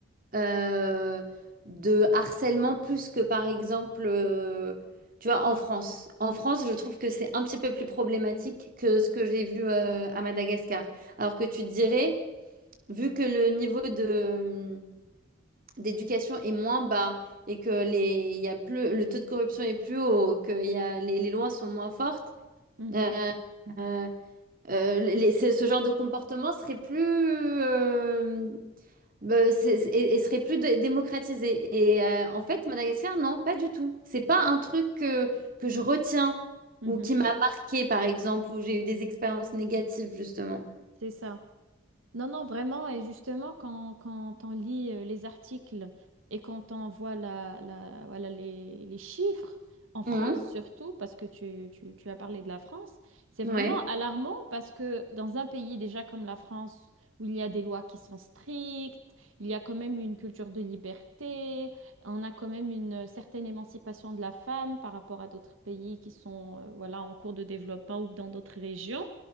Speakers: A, on the right (about 45°); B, on the right (about 85°).
A: euh, de harcèlement plus que par exemple, euh, tu vois, en France. En France, je trouve que c'est un petit peu plus problématique que ce que j'ai vu euh, à Madagascar. Alors que tu te dirais vu que le niveau de, d'éducation est moins bas et que les, il y a plus, le taux de corruption est plus haut, que il y a, les, les lois sont moins fortes,
B: mhm,
A: euh, euh, euh, les- ce, ce genre de comportement serait plus, euh, bah, c'est- c'est- et, et serait plus dé- démocratisé. Et euh, en fait, Madagascar, non, pas du tout. C'est pas un truc que, que je retiens
B: mhm,
A: ou
B: mhm.
A: qui m'a marqué, par exemple, où j'ai eu des expériences négatives, justement.
B: C'est ça. Non, non, vraiment. Et justement, quand, quand on lit euh, les articles et quand on voit la, la, voilà, les, les chiffres, en France
A: Mhm.
B: surtout, parce que tu, tu, tu as parlé de la France, c'est
A: Ouais.
B: vraiment alarmant parce que dans un pays déjà comme la France, où il y a des lois qui sont strictes, il y a quand même une culture de liberté, on a quand même une euh, certaine émancipation de la femme par rapport à d'autres pays qui sont euh, voilà, en cours de développement ou dans d'autres régions.